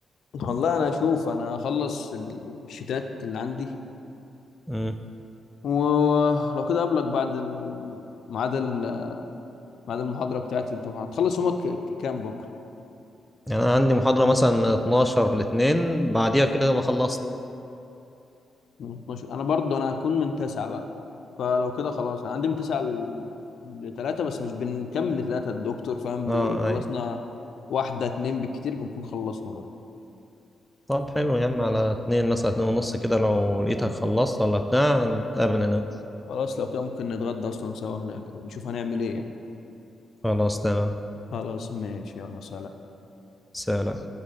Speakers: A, on the left (about 70°); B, in the centre.
A: والله انا اشوف انا هخلص ال- الشتات اللي عندي
B: امم
A: ولو كده اقابلك بعد ال- ميعاد ال- ميعاد المحاضرة بتاعتي انت هتخلص يومك ك- كام بكرة
B: يعني انا عندي محاضره مثلا من 12 ل 2 بعديها كده بخلصت
A: من 12 انا برضو انا هكون من 9 بقى فلو كده خلاص انا عندي من 9 ل 3 بس مش بنكمل 3 الدكتور فاهم
B: اه
A: بيخلصنا
B: اي
A: واحدة اتنين بالكتير بنكون خلصنا برضو
B: طب حلو يا عم على اتنين مثلا اتنين ونص كده لو لقيتك خلصت ولا بتاع نتقابل هنا
A: خلاص لو كده ممكن نتغدى اصلا سوا هناك او نشوف هنعمل ايه يعني
B: خلاص تمام
A: خلاص ماشي يلا سلام
B: سلام